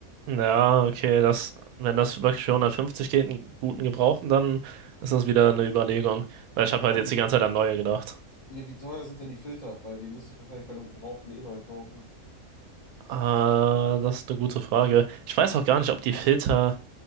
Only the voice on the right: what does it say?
Ja, okay, das, wenn das wirklich für 150 geht, einen guten Gebrauchten, dann ist das wieder eine Überlegung. Weil ich habe
halt jetzt
die ganze Zeit an neue gedacht.
Ah, das ist eine gute Frage. Ich weiß auch gar nicht, ob die Filter